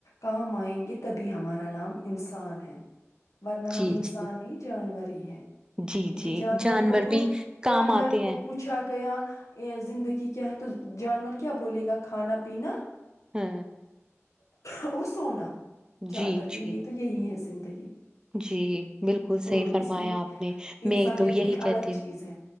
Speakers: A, on the left; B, on the right.
A: کام آئیں گے تبھی ہمارا نام انسان ہے ورنہ ہم
B: جی
A: انسانی
B: جی
A: جانور ہی ہیں کیونکہ
B: جی جی
A: جانور کو تو
B: بھی کام
A: جانور
B: آتے
A: کو
B: ہیں
A: پوچھ پوچھا گیا یہ زندگی کیا ہے تو جانور کیا بولے گا کھانا پینا
B: ہاں
A: اور سونا جانور
B: جی
A: کے
B: جی
A: لیے تو یہی ہے زندگی
B: جی بالکل
A: تو
B: صحیح فرمایا
A: اس لیے
B: آپ نے میں
A: انسانیت
B: تو یہی
A: ایک
B: کہتی
A: الگ
B: ہوں
A: چیز ہے